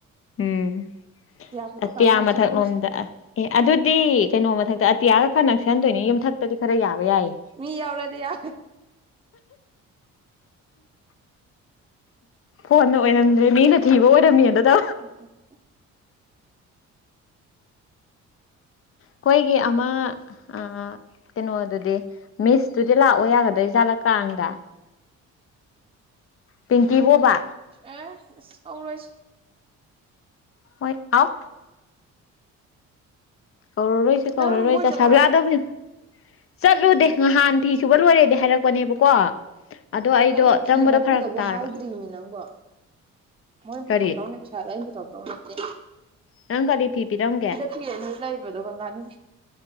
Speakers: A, on the left; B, on the right.
A: ꯎꯝ
B: ꯐꯣꯇꯣ
A: ꯑꯇꯤꯌꯥ
B: ꯀꯥꯞꯄ ꯑꯣꯏꯅ
A: ꯃꯊꯛꯂꯣꯝꯗ
B: ꯆꯠꯈ꯭ꯔꯦ
A: ꯑꯦ ꯑꯗꯨꯗꯤ ꯀꯩꯅꯣ ꯃꯊꯛꯇ ꯑꯇꯤꯌꯥꯒ ꯈꯔ ꯅꯛꯁꯍꯟꯗꯣꯏꯅꯤ ꯌꯨꯝꯊꯛꯇꯗꯤ ꯈꯔ ꯌꯥꯕ ꯌꯥꯏꯌꯦ꯫
B: ꯃꯤ ꯌꯥꯑꯣꯔꯗꯤ ꯌꯥ
A: ꯐꯣꯟꯅ ꯑꯣꯏꯔꯝꯗ꯭ꯔꯦ ꯃꯤꯅ ꯀꯤꯕ ꯑꯣꯏꯔꯝꯃꯤ ꯑꯗꯨꯗ
B: ꯎꯝ ꯍ
A: ꯑꯩꯈꯣꯏꯒꯤ ꯑꯃ ꯑ ꯀꯩꯅꯣꯗꯨꯗꯤ ꯃꯤꯁꯇꯨꯗꯤ ꯂꯥꯛꯑꯣ ꯌꯥꯒꯗꯣꯏꯖꯥꯠꯂꯀꯗ ꯄꯤꯡꯀꯤ ꯕꯣꯕꯥ
B: ꯑꯦ ꯀꯧꯔꯣꯏꯁ꯫
A: ꯍꯣꯏ ꯑꯥꯎꯐ ꯀꯧꯔꯔꯣꯏꯁꯦ ꯀꯧꯔꯔꯣꯏꯁ
B: ꯅꯪ ꯃꯣꯏ
A: ꯆ
B: ꯆꯠꯂꯨꯔꯕꯣ
A: ꯑꯁꯥꯕ ꯌꯥꯥꯗꯧꯅꯦ꯫ ꯆꯠꯂꯨꯗꯦ ꯉꯍꯥꯟ ꯐꯤ ꯁꯨꯕ ꯂꯣꯏꯔꯦꯗꯤ ꯍꯥꯏꯔꯛꯄꯅꯦꯕꯀꯣ ꯑꯗꯣ ꯑꯩꯗꯣ
B: ꯑꯩ ꯐꯤ
A: ꯆꯪꯕꯗꯣ
B: ꯃꯄꯨꯗꯕꯨ
A: ꯐꯔꯛ ꯇꯥꯔꯕ
B: ꯍꯥꯏꯗ꯭ꯔꯤꯅꯤ ꯅꯪꯕꯣ ꯃꯣꯏꯅ
A: ꯀꯔꯤ
B: ꯄꯨꯇꯣꯛꯅꯦ ꯄꯩꯁꯗ ꯑꯩꯅꯥ ꯄꯨꯊꯣꯛꯇꯣꯏ ꯅꯠꯇꯦ꯫
A: ꯅꯪ ꯀꯔꯤ ꯐꯤ ꯄꯤꯔꯝꯒꯦ꯫
B: ꯀꯤꯑꯅꯤ ꯂꯩꯕꯗꯣ ꯀꯪꯒꯥꯅꯤ꯫